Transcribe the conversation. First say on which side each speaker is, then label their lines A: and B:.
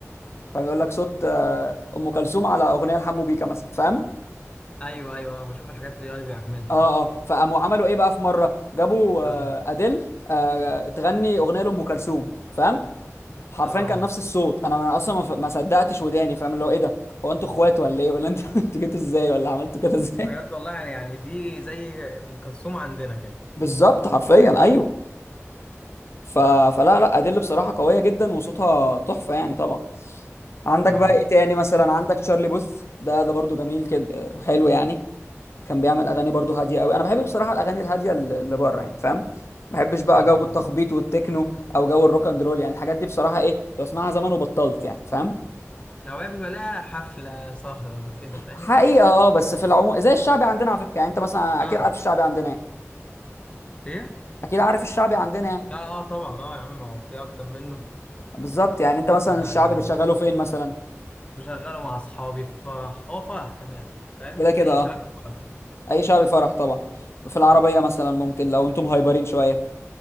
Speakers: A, on the left; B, on the left.
A: فاهم يقول لك صوت آه، ام كلثوم على اغنيه لحمو بيكا مثلا فاهم
B: ايوه ايوه آه، بشوف الحاجات اللي اي بيعملها
A: اه
B: دي
A: اه فقاموا عملوا ايه بقى في مره جابوا آه،
B: اه
A: اديل آه، تغني اغنيه لام كلثوم فاهم حرفيا
B: اه
A: كان
B: اه.
A: نفس الصوت انا ما- اصلا ما ف- ما صدقتش وداني فاهم اللي هو ايه ده هو انتوا اخوات ولا ايه ولا انتوا <laughs> انتوا جيتوا ازاي ولا عملتوا كده ازاي
B: بجد والله يعني يعني دي زي ام كلثوم عندنا كده
A: بالظبط حرفيا ايوه ف... فلا لا ادل بصراحه قويه جدا وصوتها تحفه يعني طبعا عندك
B: اه
A: بقى ايه تاني مثلا عندك تشارلي بوث ده ده برضو جميل كده وحلو يعني كان بيعمل اغاني برضو هاديه قوي انا بحب بصراحه الاغاني الهاديه الل- اللي بره يعني فاهم ما بحبش بقى
B: اه
A: جو
B: اه
A: التخبيط والتكنو او جو الروك اند رول يعني الحاجات دي بصراحه ايه كنت بسمعها زمان وبطلت يعني فاهم
B: اوقات بيبقى لها حفله سهره كده فاهم
A: حقيقة اه بس في العموم زي الشعبي عندنا على فكرة يعني انت مثلا
B: آه.
A: اكيد عارف الشعبي عندنا ايه
B: ايه
A: اكيد عارف الشعبي عندنا ايه
B: لا اه طبعا اه يا عم هو في اكتر منه
A: بالظبط يعني انت مثلا
B: ده
A: الشعبي
B: آه.
A: بتشغله فين مثلا
B: بشغله مع اصحابي في فرح هو فرح كمان فاهم
A: كده كده
B: اي
A: اه
B: شعب فرح
A: اي شعبي فرح طبعا في العربية مثلا ممكن لو انتم هايبرين شوية